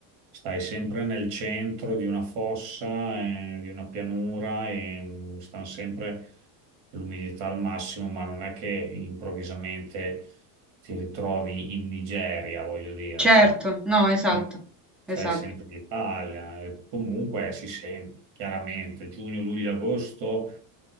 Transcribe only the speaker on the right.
stai sempre nel centro di una fossa, eh, di una pianura e mm, stanno sempre l'umidità al massimo, ma non è che improvvisamente ti ritrovi in Nigeria, voglio dire,
cioè,
eh, stai
sempre in Italia, e comunque si sente chiaramente giugno, luglio, agosto.